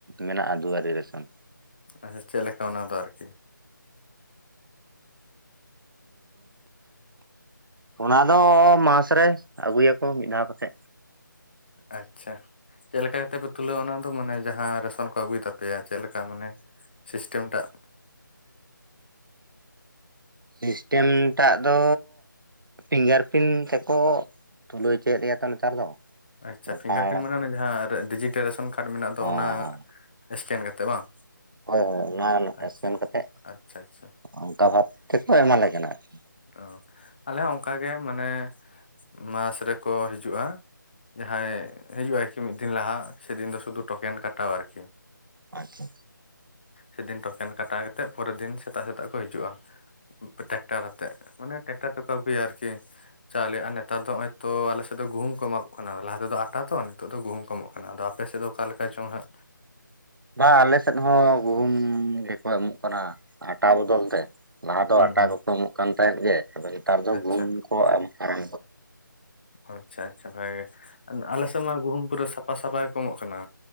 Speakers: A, on the right; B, on the left.
A: ᱢᱮᱱᱟᱜᱼᱟ ᱫᱩᱣᱟᱨᱤ ᱨᱮᱥᱚᱱ᱾
B: ᱟᱪᱷᱟ ᱪᱮᱫ ᱞᱮᱠᱟ ᱚᱱᱟ ᱫᱚ ᱟᱨᱠᱤ?
A: ᱦᱩᱸ ᱚᱱᱟ ᱫᱚ ᱢᱟᱥ ᱨᱮ ᱟᱹᱜᱩᱭᱟᱠᱚ ᱢᱤᱫ ᱫᱷᱟᱣ ᱠᱟᱛᱮ᱾
B: ᱟᱪᱪᱷᱟ᱾ ᱪᱮᱫ ᱞᱮᱠᱟ ᱠᱟᱛᱮ ᱯᱮ ᱛᱩᱞᱟᱹᱣᱟ ᱚᱱᱟ ᱫᱚ ᱢᱟᱱᱮ ᱡᱟᱦᱟᱸ ᱨᱮᱥᱚᱱ ᱠᱚ ᱟᱹᱜᱩᱭ ᱛᱟᱯᱮᱭᱟ ᱪᱮᱫ ᱞᱮᱠᱟ ᱢᱟᱱᱮ? ᱥᱤᱥᱴᱮᱢ ᱴᱟᱜ᱾
A: ᱥᱤᱥᱴᱮᱢ ᱴᱟᱜ ᱫᱚ᱾ ᱯᱷᱤᱝᱜᱟᱨ ᱯᱷᱤᱨᱤᱱ ᱛᱮᱠᱚ ᱛᱩᱞᱟᱹᱣ ᱪᱚ ᱞᱮᱭᱟ ᱛᱚ ᱱᱮᱛᱟᱨ ᱫᱚ᱾
B: ᱟᱪᱷᱟ
A: ᱟᱥᱟᱲ
B: ᱯᱷᱤᱝᱜᱟᱨ ᱯᱷᱤᱨᱤᱱ ᱢᱟᱱᱮ ᱚᱱᱟ ᱡᱟᱦᱟ ᱰᱤᱡᱤᱴᱮ ᱨᱮᱥᱚᱱ ᱠᱟᱨᱰ ᱢᱮᱱᱟᱜ ᱫᱚ
A: ᱦᱚᱸ
B: ᱚᱱᱟ ᱥᱠᱮᱱ ᱠᱟᱛᱮ ᱵᱟᱝ?
A: ᱦᱳᱭ ᱦᱳᱭ ᱚᱱᱟ
B: ᱟᱪᱪᱷᱟ
A: ᱥᱠᱮᱱ ᱠᱟᱛᱮᱫ
B: ᱟᱪᱪᱷᱟ ᱟᱪᱪᱷᱟ
A: ᱚᱱᱠᱟ ᱵᱷᱟᱵ ᱛᱮᱠᱚ ᱮᱢᱟᱞᱮ ᱠᱟᱱᱟ ᱟᱨᱠᱤ᱾
B: ᱚᱸ ᱟᱞᱮ ᱦᱚᱸ ᱚᱱᱠᱟ ᱜᱮ ᱢᱟᱱᱮ ᱢᱟᱥ ᱨᱮᱠᱚ ᱦᱤᱡᱩᱜᱼᱟ᱾ ᱡᱟᱦᱟᱸᱭ ᱦᱤᱡᱩᱜᱼᱟᱭ ᱠᱤ ᱢᱤᱫ ᱫᱤᱱ ᱞᱟᱦᱟ ᱥᱮᱫᱤᱱ ᱫᱚ ᱥᱩᱫᱷᱩ ᱴᱳᱠᱮᱱ ᱠᱟᱴᱟᱣ ᱟᱨᱠᱤ᱾
A: ᱟᱪᱪᱷᱟ᱾
B: ᱥᱮᱫᱤᱱ ᱴᱚᱠᱮᱱ ᱠᱟᱴᱟ ᱠᱟᱛᱮ ᱯᱚᱨᱮᱨ ᱫᱤᱱ ᱥᱮᱛᱟᱜ ᱥᱮᱛᱟᱜ ᱠᱚ ᱦᱤᱡᱩᱜᱼᱟ᱾ ᱴᱮᱠᱴᱟᱨᱟᱛᱮ ᱢᱟᱱᱮ ᱴᱮᱠᱴᱟᱨ ᱛᱮᱠᱚ ᱟᱜᱩᱭᱟ ᱟᱨᱠᱤ᱾ ᱪᱟᱣᱞᱮ ᱟᱨ ᱱᱮᱛᱟᱨ ᱫᱚ ᱱᱚᱜᱼᱚᱭ ᱛᱚ ᱟᱞᱮᱥᱮᱫ ᱫᱚ ᱜᱩᱦᱩᱢ ᱠᱚ ᱮᱢᱟᱠᱚ ᱠᱟᱱᱟ ᱞᱟᱦᱟ ᱛᱮᱫᱚ ᱟᱴᱟ ᱛᱚ ᱱᱤᱛᱚᱜ ᱫᱚ ᱜᱩᱦᱩᱢ ᱠᱚ ᱮᱢᱚᱜ ᱠᱟᱱᱟ᱾ ᱠᱟᱱᱟ ᱟᱫᱚ ᱟᱯᱮ ᱥᱮᱫ ᱫᱚ ᱚᱠᱟᱞᱮᱠᱟ ᱪᱚᱝ ᱦᱟᱸᱜ
A: ᱵᱟᱝ ᱟᱞᱮ ᱥᱮᱫ ᱦᱚᱸ ᱜᱩᱦᱩᱢ ᱜᱮᱠᱚ ᱮᱢᱚᱜ ᱠᱟᱱᱟ ᱟᱸᱴᱟ ᱵᱚᱫᱚᱞ ᱛᱮ, ᱞᱟᱦᱟ ᱫᱚ
B: ᱦᱩᱸ
A: ᱟᱴᱟ
B: ᱦᱩᱸ
A: ᱠᱚᱠᱚ ᱮᱢᱚᱜ ᱠᱟᱱ ᱛᱟᱦᱮᱸᱫ ᱜᱮ ᱟᱫᱚ ᱱᱮᱛᱟᱨ ᱫᱚ
B: ᱟᱪᱪᱷᱟ
A: ᱜᱩᱦᱢ ᱠᱚ ᱮᱢ ᱠᱟᱱᱟ
B: ᱟᱪᱪᱷᱟ ᱟᱪᱪᱷᱟ ᱵᱷᱟᱜᱮ ᱜᱮ ᱟᱫᱚ ᱟᱞᱮ ᱥᱮᱫ ᱢᱟ ᱜᱩᱦᱩᱢ ᱯᱩᱨᱟᱹ ᱥᱟᱯᱷᱟ ᱥᱟᱯᱷᱟ ᱜᱮᱠᱚ ᱮᱢᱚᱜ ᱠᱟᱱᱟ,